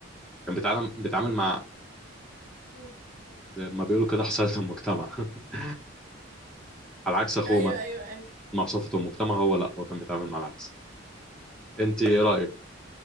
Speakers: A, in the centre; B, on the right.
A: كان بيتعامل بيتعامل مع
B: مم.
A: زي ما بيقولوا كده حصلت المجتمع <laughs> على عكس أخوه
B: ايوه
A: مثلا
B: ايوه ايوه
A: مع صفة المجتمع هو لا هو كان بيتعامل مع العكس أنت إيه رأيك؟